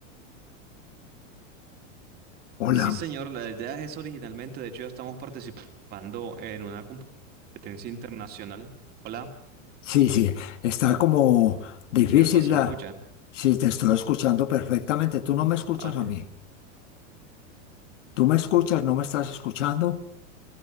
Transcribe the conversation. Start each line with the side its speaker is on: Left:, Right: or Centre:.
Left: Hola.
Right: Sí, señor, la idea es eso originalmente, de hecho ya estamos participando en una competencia internacional. Hola,
Left: Sí, sí, está como difícil
Right: señor José,
Left: la...
Right: ¿me escucha?
Left: Sí, te estoy escuchando perfectamente. Tú no me escuchas
Right: Ah, Ok.
Left: a mí. Tú me escuchas, no me estás escuchando.